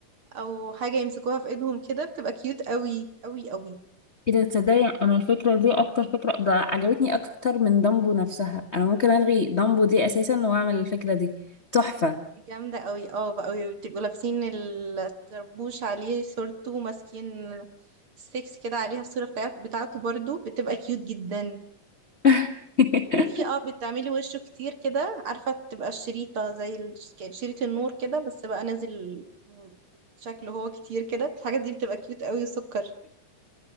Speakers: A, on the right (about 45°); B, on the left (about 65°).
A: أو حاجة يمسكوها في ايدهم كده بتبقى كيوت قوي قوي قوي
B: إذا تصدقي أنا الفكرة دي أكتر فكرة ده عجبتني أكتر من دامبو نفسها أنا ممكن ألغي دامبو دي أساسا وأعمل الفكرة دي تحفة
A: جامدة قوي اه بقى قوي بتبقوا لابسين الطربوش عليه صورته ماسكين ستيكس كده عليها الصورة بتاعت- بتاعته برضو بتبقى كيوت جدا
B: <laughs>
A: وفي اه بتعملي وشه كتير كده عارفة تبقى الشريطة زي الش- ك- شريط النور كده بس بقى نازل شكله هو كتير كده الحاجة دي بتبقى كيوت قوي وسكر